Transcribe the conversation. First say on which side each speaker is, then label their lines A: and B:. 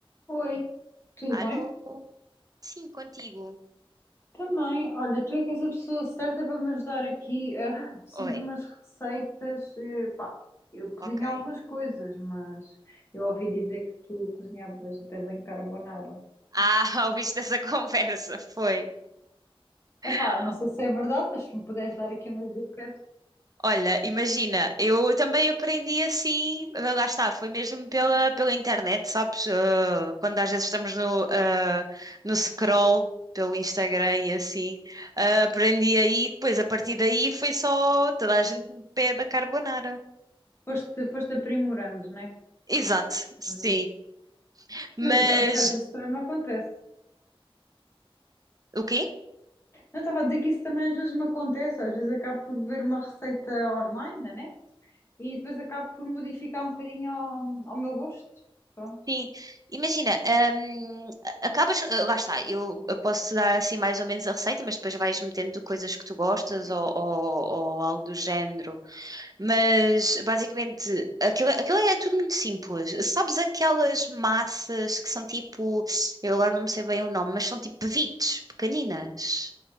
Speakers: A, on the left; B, on the right.
A: Oi, tudo
B: Alô?
A: bem?
B: Sim, contigo.
A: Também, olha, tu é que és a pessoa certa para me ajudar aqui. Ah, <laughs> preciso
B: Oi,
A: de umas receitas. eh, pá, eu cozinho
B: ok.
A: algumas coisas, mas eu ouvi dizer que tu cozinhavas até bem carbonara.
B: Ah, <laughs> ouviste essa conversa? Foi.
A: Epá,
B: <laughs>
A: não sei se é verdade, mas se me puderes dar aqui umas dicas,
B: Olha, imagina, eu também aprendi assim, ah, lá está, foi mesmo pela, pela internet, sabes? Ah, quando às vezes estamos no, ah, no scroll pelo Instagram e assim, ah, aprendi aí, depois a partir daí foi só toda a gente me pede a carbonara.
A: foste, foste aprimorando, não é?
B: Exato, sim.
A: Também.
B: Mas
A: Mas acho que às vezes também me acontece.
B: o quê?
A: Não estava a dizer que isso também às vezes me acontece, às vezes acabo por ver uma receita online, né? e depois acabo por modificar um bocadinho ao, ao meu gosto. Pronto.
B: Sim, imagina, hum, a- acabas, eh, lá está, eu, eu posso dar assim mais ou menos a receita, mas depois vais metendo coisas que tu gostas ou, ou- ou algo do género. Mas basicamente aquilo, aquilo é tudo muito simples. Sabes aquelas massas que são tipo, eu agora não me sei bem o nome, mas são tipo pevites pequeninas.